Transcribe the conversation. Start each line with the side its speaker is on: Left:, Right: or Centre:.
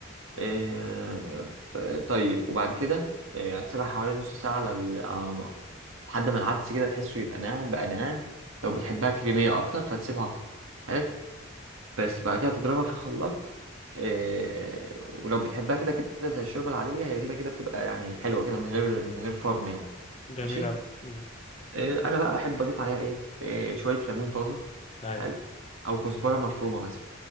Right: آه، ط- طيب وبعد كده آه، هتسيبها حوالي نص ساعة على ال- على النار لحد ما العدس كده تحسه يبقى ناعم بقى ناعم لو بتحبها كريمية أكتر فتسيبها أكتر حلو بس بعد كده تضربها في خلاط آه، ولو بتحبها كده كده زي الشوربة العادية هي كده كده بتبقى يعني حلوة كده من غير من غير فرم يعني
Left: جميل
Right: ماشي
Left: أوي مم.
Right: إيه، انا بقى بحب اضيف عليها ايه, إيه شويه ليمون طازه
Left: أيوه
Right: حلو او كزبره مفرومه مثلا